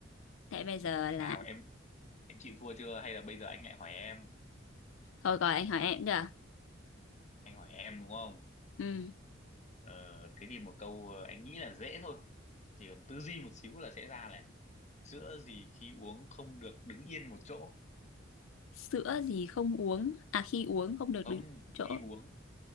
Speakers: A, on the left; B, on the left.
A: thế bây giờ là
B: nào em em chịu thua chưa hay là bây giờ anh lại hỏi em
A: thôi gọi anh hỏi em được
B: anh hỏi em đúng không
A: Ừm,
B: Ờ, thế thì một câu ờ, anh nghĩ là dễ thôi chỉ cần tư duy một xíu là sẽ ra này sữa gì khi uống không được đứng yên một chỗ
A: sữa gì không uống à khi uống không được
B: ông
A: đứng chỗ
B: khi uống